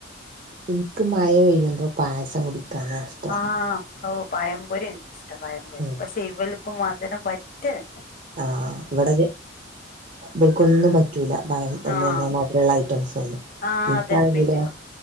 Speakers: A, on the right; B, on the left.
A: എനിക്ക് മഴ പെയ്യുമ്പോ പായസം കുടിക്കാനാഷ്ടം-
B: ആഹ് ഓ പായംപൊരി എനിക്കിഷ്ടം പായംപൊരി
A: ഉം
B: പക്ഷെ ഇവൾക്കും മാത് രം പറ്റ്ല-
A: ആഹ് ഇവിടെ ബൽക്കൊന്നൊന്നും പറ്റൂല- പയം തന്നെയല്ല
B: ആഹ്
A: മധുരമുള്ള ഐറ്റംസ്- ഒന്നും
B: ആഹ്
A: എനിക്കാണെങ്കിലോ
B: അതന്ന പിന്നെ-